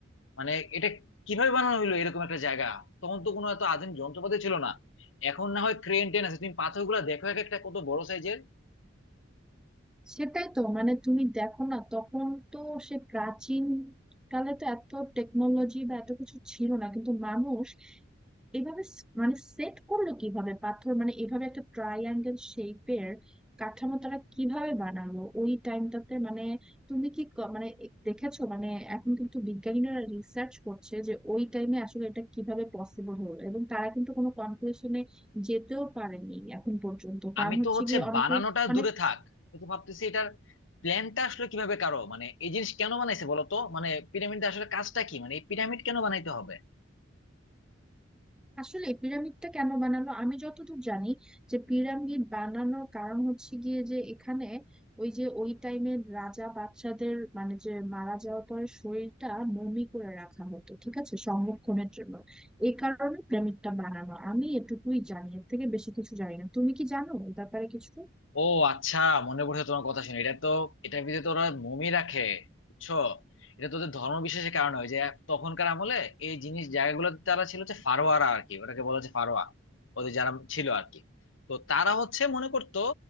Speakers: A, on the left; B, in the centre.
A: মানে এটা কিভাবে বানানো হলো এরকম একটা জায়গা তখন তো কোনো এত আধুনিক যন্ত্রপাতি ছিল না এখন না হয় ক্রেন টেন আছে তুমি পাথরগুলো দেখো এক একটা কত বড় সাইজের
B: সেটাই তো মানে তুমি দেখো না তখন তো সে প্রাচীন কালে তো এত টেকনোলজি বা এত কিছু ছিল না কিন্তু মানুষ এভাবে স- মানে সেট করলো কিভাবে পাথর মানে এভাবে একটা ট্রাইঅ্যাঙ্গেল শেপের কাঠামো তারা কিভাবে বানালো ওই টাইমটাতে মানে তুমি কি ক- মানে এ- দেখেছো মানে এখন কিন্তু বিজ্ঞানীরা রিসার্চ করছে যে ওই টাইমে আসলে এটা কিভাবে পসিবল হলো এবং তারা কিন্তু কোনো কনক্লুশনে যেতেও পারেনি এখন পর্যন্ত কারণ
A: আমি তো
B: হচ্ছে
A: হচ্ছে
B: গিয়ে অনেকে
A: বানানোটা
B: মানে
A: দূরে থাক আমি তো ভাবতেছি এটার প্ল্যানটা আসলে কিভাবে কারো মানে এই জিনিস কেন বানাইছে বলো তো মানে পিরামিডটা আসলে কাজটা কি মানে এই পিরামিড কেন বানাইতে হবে
B: আসলে পিরামিডটা কেন বানানো আমি যতদূর জানি যে পিরামিড বানানোর কারণ হচ্ছে গিয়ে যে এখানে ওই যে ওই টাইমের রাজা বাচ্চাদের মানে যে মারা যাওয়ার পরে শরীরটা মমি করে রাখা হতো ঠিক আছে সংরক্ষণের জন্য এই কারণে পিরামিডটা বানানো আমি এটুকুই জানি এর থেকে বেশি কিছু জানি না তুমি কি জানো এই ব্যাপারে কিছু
A: ও আচ্ছা মনে পড়ছে তোমার কথা শুনে এটা তো এটার ভিতরে তো ওরা মমি রাখে বুঝছো এটা তো ওদের ধর্ম বিশেষের কারণে হয় যে তখনকার আমলে এই জিনিস জায়গাগুলো তারা ছিল হচ্ছে ফারোয়ারা আর কি ওটাকে বলা হচ্ছে ফারোয়া ওদের যারা ছিল আর কি তো তারা হচ্ছে মনে করতো